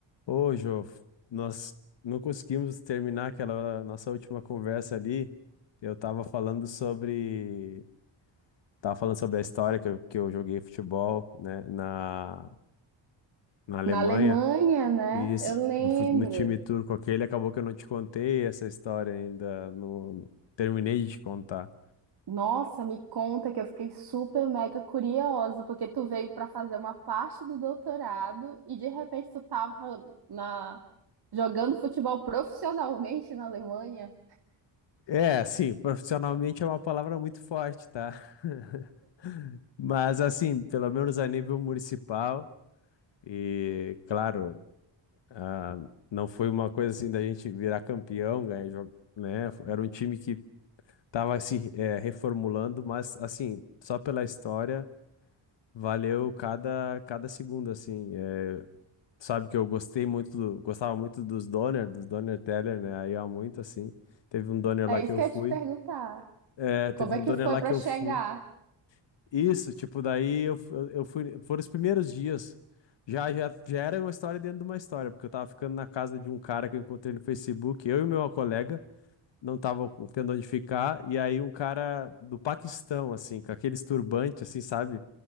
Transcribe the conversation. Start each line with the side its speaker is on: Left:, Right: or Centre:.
Left: Ô, Jô, f- nós não conseguimos terminar aquela nossa última conversa ali. Eu tava falando sobre, tava falando sobre a história que eu, que eu joguei futebol, né, na, na Alemanha.
Right: Na Alemanha, né?
Left: E Isso,
Right: Eu lembro.
Left: no, fu- no time turco aquele, acabou que eu não te contei essa história ainda, Não no- terminei de te contar.
Right: Nossa, me conta que eu fiquei super mega curiosa, porque tu veio para fazer uma parte do doutorado e de repente tu tava na jogando futebol profissionalmente na Alemanha.
Left: É, assim, profissionalmente é uma palavra muito forte, tá? <laughs> Mas assim, pelo menos a nível municipal e, claro. Ah, não foi uma coisa assim da gente virar campeão, ganhar jogo, né? Era um time que tava se eh, reformulando, mas assim, só pela história, valeu cada, cada segundo, assim. Eh, sabe que eu gostei muito, do- gostava muito dos Donner, dos Donner Teller, né? Aí há muito, assim. Teve um Donner
Right: É
Left: lá
Right: isso
Left: que eu
Right: que eu
Left: fui.
Right: ia te perguntar.
Left: eh, teve
Right: Como
Left: um
Right: é que
Left: Donner
Right: foi
Left: lá
Right: para
Left: que
Right: chegar?
Left: eu fui. Isso, tipo, daí eu, fu- eu eu fui. Foram os primeiros dias. Já, já, já era uma história dentro de uma história, porque eu tava ficando na casa de um cara que eu encontrei no Facebook, eu e meu colega, não tava tendo onde ficar, e aí um cara do Paquistão, assim, com aqueles turbantes, assim, sabe?